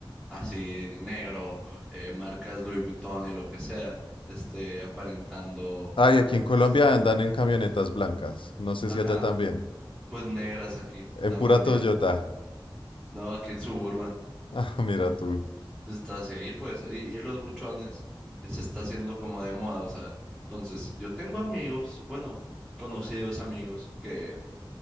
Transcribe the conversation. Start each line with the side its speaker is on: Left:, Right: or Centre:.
Centre: así, eh, negro, eh, marcas Louis Vuitton y lo que sea, este, aparentando,
Left: Ay, aquí en
Centre: pues,
Left: Colombia andan en camionetas blancas. No sé
Centre: ajá.
Left: si allá también.
Centre: pues negras aquí, da
Left: En pura
Centre: más miedo.
Left: Toyota. <laughs>
Centre: No, aquí en Suburban
Left: Ah, mira tú.
Centre: está así, pues, y, y los buchones eh, se está haciendo como de moda, o sea, entonces yo tengo amigos, bueno, conocidos amigos que